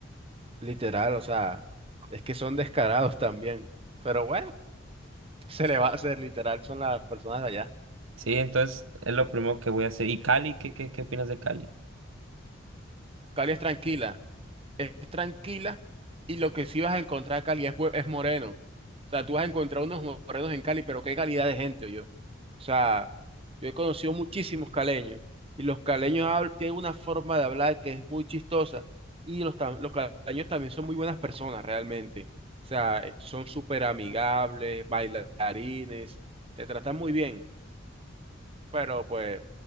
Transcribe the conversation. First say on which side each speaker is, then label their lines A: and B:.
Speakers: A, on the right (about 30°); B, on the right (about 75°).
A: Literal, o sea, es que son descarados también. Pero bueno, se le va a hacer, literal, son las personas de allá.
B: Sí, entonces es lo primero que voy a hacer. ¿Y Cali? ¿Qué, qué, qué opinas de Cali?
A: Cali es tranquila, es tranquila y lo que sí vas a encontrar acá Cali es, bue- es moreno. O sea, tú vas a encontrar unos morenos en Cali, pero qué calidad de gente, yo. O sea, yo he conocido muchísimos caleños y los caleños habl- tienen una forma de hablar que es muy chistosa y los, tam- los caleños también son muy buenas personas realmente. O sea, eh, son súper amigables, bailarines, te tratan muy bien, pero pues